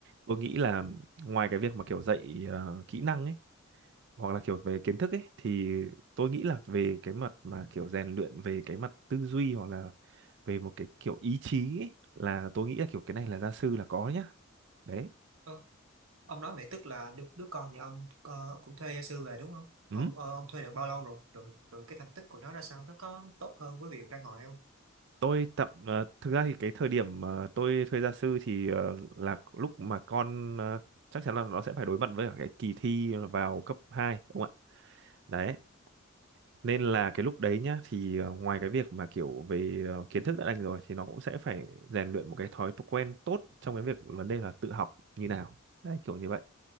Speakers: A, on the right (about 60°); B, on the right (about 80°).
A: tôi nghĩ là ngoài cái việc mà kiểu dạy ờ, kỹ năng ấy hoặc là kiểu về kiến thức ấy thì tôi nghĩ là về cái mặt mà kiểu rèn luyện về cái mặt tư duy hoặc là về một cái kiểu ý chí ấy, là tôi nghĩ là kiểu cái này là gia sư là có nhá đấy
B: Ui. Ông nói vậy tức là đứa, đứa con nhà ông ờ, cũng thuê gia sư về đúng không? Ông
A: ừ
B: ờ, ông thuê được bao lâu rồi? Rồi rồi cái thành tích của nó ra sao? Nó có tốt hơn với việc ra ngoài không?
A: tôi tập ờ, thực ra thì cái thời điểm ờ, tôi thuê gia sư thì ờ, là lúc mà con ờ, chắc chắn là nó sẽ phải đối mặt với cả cái kỳ thi vào cấp hai đúng không ạ đấy nên là cái lúc đấy nhá thì ờ, ngoài cái việc mà kiểu về ờ, kiến thức đã đành rồi thì nó cũng sẽ phải rèn luyện một cái thói quen tốt trong cái việc vấn đề là tự học như nào đấy kiểu như vậy